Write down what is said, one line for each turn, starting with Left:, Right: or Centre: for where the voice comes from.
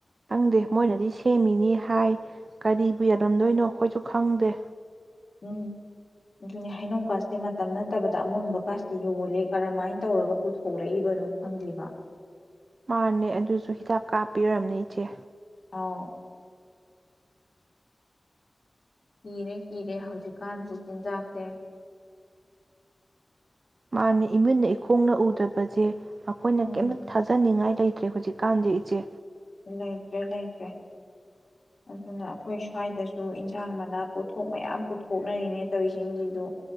Right: ꯈꯪꯗꯦ ꯃꯣꯏꯅꯗꯤ ꯁꯦꯝꯃꯤꯅꯤ ꯍꯥꯏ ꯀꯔꯤꯕꯨ ꯌꯥꯜꯂꯝꯗꯣꯏꯅꯣ ꯈꯣꯏꯁꯨ ꯈꯪꯗꯦ
Left: ꯎꯝ ꯑꯗꯨꯅꯦ ꯍꯩꯅꯧꯀꯥꯁꯦ ꯃꯇꯝ ꯅꯠꯇꯕꯗ ꯑꯃꯨꯟꯕꯀꯥꯁꯦ ꯌꯣꯜꯂꯤꯦ ꯀꯔꯝꯍꯥꯏꯅ ꯇꯧꯔꯒ ꯄꯨꯊꯣꯛꯂꯛꯏꯕꯅꯣ ꯈꯪꯗꯦꯕ
Right: ꯃꯥꯅꯦ ꯑꯗꯨꯁꯨ ꯍꯤꯗꯥꯛ ꯀꯥꯞꯄꯤꯔꯝꯅꯦ ꯏꯆꯦ
Left: ꯑꯥꯎ ꯀꯤꯔꯦ ꯀꯤꯔꯦ ꯍꯧꯖꯤꯛꯀꯥꯟꯒꯤ ꯆꯤꯟꯖꯥꯛꯁꯦ
Right: ꯃꯥꯅꯦ ꯏꯃꯤꯠꯅ ꯏꯈꯣꯡꯅ ꯎꯗꯕꯁꯦ ꯑꯩꯈꯣꯏꯅ
Left: ꯎꯝ
Right: ꯀꯩꯝꯇ ꯊꯥꯖꯅꯤꯡꯉꯥꯏ ꯂꯩꯇ꯭ꯔꯦ ꯍꯧꯖꯤꯛꯀꯥꯟꯗꯤ ꯏꯆꯦ
Left: ꯂꯩꯇ꯭ꯔꯦ ꯂꯩꯇ꯭ꯔꯦ ꯑꯗꯨꯅ ꯑꯩꯈꯣꯏ ꯁ꯭ꯋꯥꯏꯗꯁꯨ ꯏꯟꯁꯥꯡ ꯃꯅꯥ ꯄꯣꯠꯊꯣꯛ ꯃꯌꯥꯝ ꯄꯨꯊꯣꯛꯅꯔꯤꯅꯦ ꯇꯧꯔꯤꯁꯤꯡꯁꯤꯗꯨ